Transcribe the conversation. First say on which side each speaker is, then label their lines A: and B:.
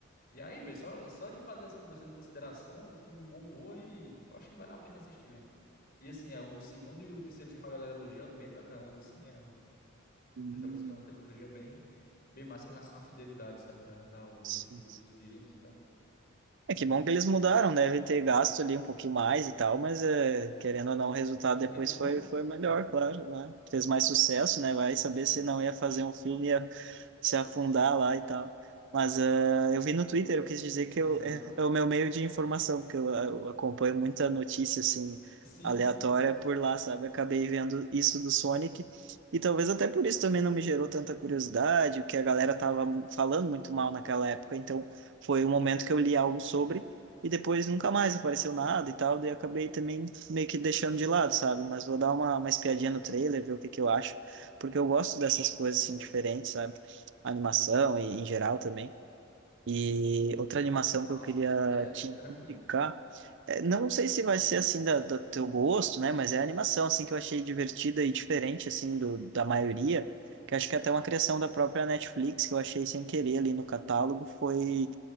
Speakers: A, on the left; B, on the right.
A: E aí, velho, só, só de fazer essa mudança de consideração, o filme bombou e eu acho que vale a pena assistir, velho. E assim, é, o segundo e o terceiro filme a galera elogia bem pra caramba, assim, é um, o
B: Hum,
A: pessoal diz que é uma trilogia bem, bem massa em relação à fidelidade, sabe, da, da obra
B: sim.
A: em si, do- dos games e tal. Muito
B: É que
A: boa.
B: bom que eles mudaram, né? devem ter gasto ali um pouquinho mais e tal, mas é, querendo ou não, o resultado
A: Mas
B: depois
A: o retorno,
B: foi, foi melhor,
A: né?
B: claro, né? Fez mais sucesso, né? Vai
A: Exatamente.
B: saber se não ia fazer um filme, ia se afundar lá e tal. Mas é, eu vi no Twitter, eu quis dizer que
A: Exato.
B: eu, é, é o meu meio de informação, porque eu, eu acompanho muita notícia, assim,
A: <laughs> Sim,
B: aleatória
A: sim.
B: por lá, sabe? Acabei vendo isso do Sonic, e talvez até por isso também não me gerou tanta curiosidade, o que a galera tava falando muito mal naquela época, então foi o momento que eu li algo sobre e depois nunca mais apareceu nada e tal, daí eu acabei também meio que deixando de lado, sabe? Mas vou dar uma, uma espiadinha no trailer, ver o que que eu acho, porque eu gosto dessas coisas
A: Show.
B: assim diferentes, sabe? Animação e em geral também. E outra animação
A: Massa,
B: que eu queria
A: cara. É, é,
B: te
A: eu recomendo.
B: indicar, é, não sei se vai ser assim da, do teu gosto, né? Mas é a animação assim que eu achei divertida e diferente assim do, da maioria. Que acho que é até uma criação da própria Netflix que eu achei sem querer ali no catálogo foi